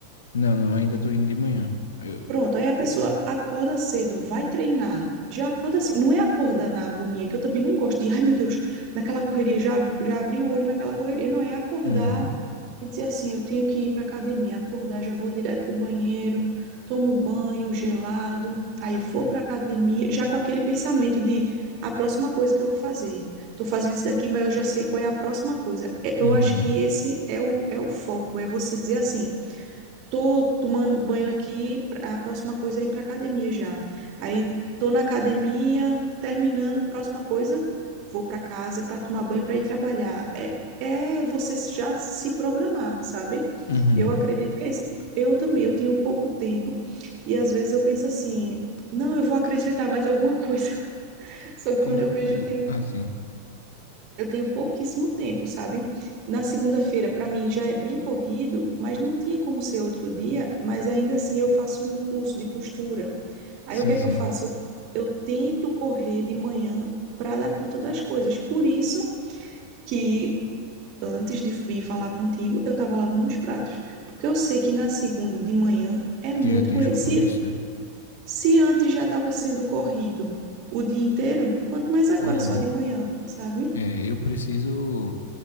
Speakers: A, on the left; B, on the right.
A: Não, não, ainda estou indo de manhã. Eu...
B: Pronto, aí a pessoa acorda cedo, vai treinar. Já acorda assim, não é acordar na agonia, que eu também não gosto de, ai meu Deus, naquela correria, já, já abri o olho naquela correria. Não, é acordar
A: Uhum.
B: e dizer assim, eu tenho que ir para academia. Acordar, já vou direto pro banheiro, tomo banho gelado, aí vou para academia, já com aquele pensamento de a próxima coisa que eu vou fazer. Tô fazendo isso daqui, mas eu já sei qual é a próxima coisa. É,
A: Uhum.
B: Eu acho que esse é o, é o foco, é você dizer assim, tô tomando banho aqui, a próxima coisa é ir para academia já. Aí tô na academia, terminando, próxima coisa, vou para casa para tomar banho para ir trabalhar. É, é você já se programar, sabe?
A: Uhum.
B: Eu acredito que é esse tipo. Eu também, eu tenho pouco tempo e às vezes eu penso assim, não, eu vou acrescentar mais alguma coisa. <laughs> Só que quando
A: Como...
B: eu vejo,
A: hum,
B: eu tenho
A: Ah, sim.
B: eu tenho pouquíssimo tempo, sabe? Na segunda-feira, para mim, já é bem corrido, mas não tinha como ser outro dia, mas ainda assim eu faço um curso de costura. Aí
A: Sim,
B: o que é
A: sim.
B: que eu faço? Eu, eu tento correr de manhã para dar conta das coisas. Por isso que antes de vir falar contigo, eu estava lavando os pratos, porque eu sei que na segunda de manhã é muito
A: Tu já tem
B: corrido.
A: os compromissos,
B: Se,
A: né?
B: se antes já estava sendo corrido o dia inteiro, quanto mais agora,
A: Uhum.
B: só de manhã, sabe?
A: É, eu preciso.